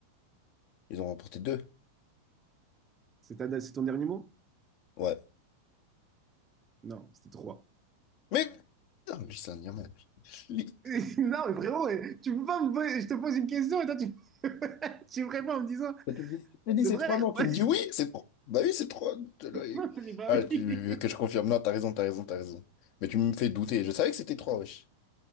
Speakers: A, on the left; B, on the right.
A: Ils ont remporté deux.
B: C'est ta- c'est ton dernier mot?
A: Ouais.
B: Non, c'était trois.
A: Mais putain, lui, c'est un Irlandais. Lui,
B: <laughs> Non, mais frérot, eh, tu peux pas me poser- Je te pose une question et toi, tu, <laughs> tu me réponds en me disant,
A: quand Tu me dis, tu me
B: c'est
A: dis c'est
B: vrai?
A: trois, non, tu
B: <laughs>
A: me dis oui, c'est trois. Bah oui, c'est trois. T'es là, et-
B: Non, t'as dit pas
A: Ah,
B: oui.
A: tu veux que je
B: <laughs>
A: confirme? Non, t'as raison, t'as raison, t'as raison. Mais tu me fais douter. Je savais que c'était trois, wesh.